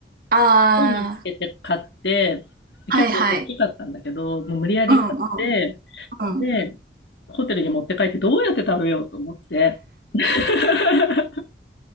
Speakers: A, on the right; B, on the left.
A: あ
B: ーを見つけて買って、
A: あ、
B: 結構大きかったんだけど、
A: はいはい。
B: もう無理やり買って、
A: うんうんうん、
B: で、ホテルに持って帰ってどうやって食べようと思って。<laughs>